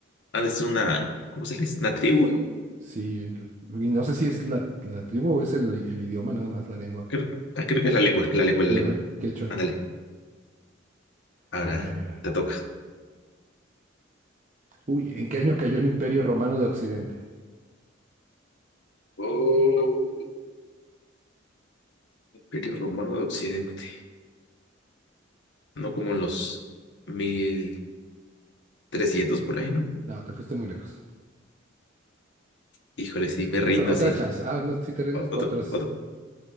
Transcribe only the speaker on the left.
Ah, es una... ¿Cómo se le dice? Una tribu,
¿no?
Creo, ah, creo que es la lengua, la lengua,
la lengua.
Ándale, ahora
te toca.
Oh, Imperio Romano de Occidente. No como en los mil trescientos por ahí, ¿no?
Híjole, sí, me
rindo
así.
O-
Otro,
otro.